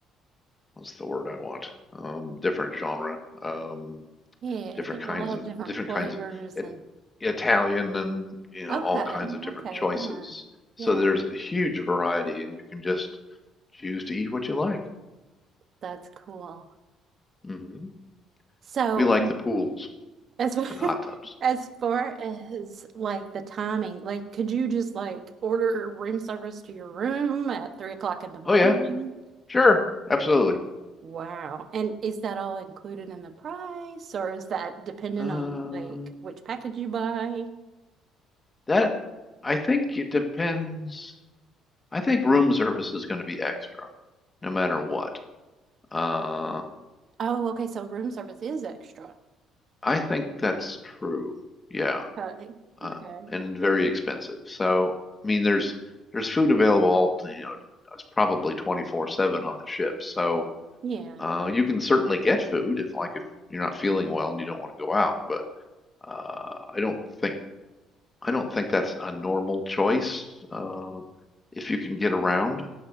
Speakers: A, on the left; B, on the right.
A: what's the word I want? Um, different genre, um,
B: Yeah,
A: different
B: there's
A: kinds
B: a lot
A: of,
B: of different
A: different
B: flavors
A: kinds of it,
B: and
A: Italian and, you know,
B: okay,
A: all kinds of different
B: okay,
A: choices.
B: yeah.
A: So
B: Yeah,
A: there's a huge variety and you can just choose to eat what you like.
B: that's cool.
A: hmm
B: So
A: We like the pools
B: as <laughs>
A: and hot tubs.
B: as far as like the timing, like could you just like order room service to your room at three o'clock in the morning?
A: Oh yeah. Sure, absolutely.
B: Wow. And is that all included in the price or is that dependent
A: Uh,
B: on like which package you buy?
A: that I think it depends. I think room service is going to be extra, no matter what. Uh,
B: Oh, okay, so room service is extra.
A: I think that's true. Yeah,
B: Okay.
A: uh,
B: Okay.
A: and very expensive. So, I mean, there's there's food available, you know, it's probably 24/7 on the ship. So,
B: Yeah.
A: uh, you can certainly get food if, like, if you're not feeling well and you don't want to go out. But uh, I don't think I don't think that's a normal choice, uh, if you can get around.